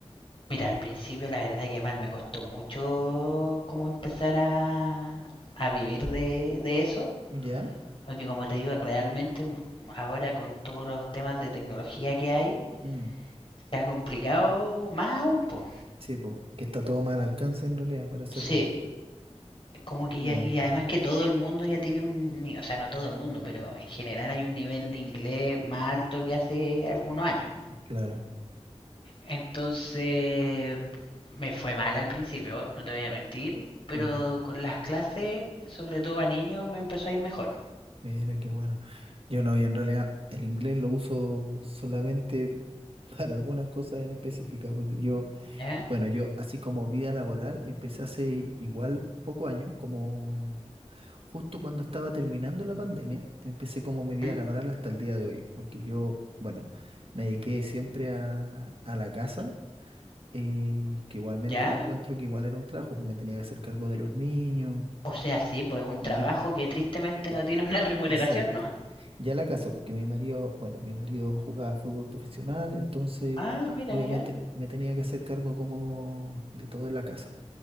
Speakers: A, on the left (about 50°); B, on the right (about 55°).
A: mira, al principio la verdad que mal me costó mucho como empezar a, a vivir de, de eso.
B: ¿Ya?
A: Porque como te digo, realmente m- ahora con todos los temas de tecnología que hay,
B: Mm,
A: se ha complicado más aún, po.
B: sí, pues, que está todo mal alcance en realidad para hacerlo.
A: Sí, Como que
B: Ya,
A: ya, y además que todo el mundo ya tiene un, ni- o sea, no todo el mundo, pero en general hay un nivel de inglés más alto que hace algunos años.
B: claro.
A: Entonces, me fue mal al principio, no te voy a mentir, pero
B: Ya,
A: con las clases, sobre todo a niños, me empezó a ir mejor.
B: Mira, qué bueno. Yo no, y en realidad el inglés lo uso solamente <laughs> para algunas cosas en específica, porque yo...
A: ¿Eh?
B: Bueno, yo así como vida laboral empecé hace igual poco año, como justo cuando estaba terminando la pandemia, empecé como mi vida
A: ¿Mm?
B: laboral hasta el día de hoy, porque yo, bueno, me dediqué siempre a, a la casa, eh, que igualmente
A: ¿Ya?
B: lo encuentro que igual era un trabajo, porque me tenía que hacer cargo de los niños
A: O sea, sí, pues un trabajo
B: y...
A: que tristemente
B: eh,
A: no tiene una <laughs> remuneración,
B: Exacto.
A: ¿no?
B: Ya la casa, porque mi marido, bueno, mi marido jugaba fútbol profesional, entonces
A: Ah, mira,
B: obviamente
A: ya.
B: me tenía que hacer cargo como de todo en la casa.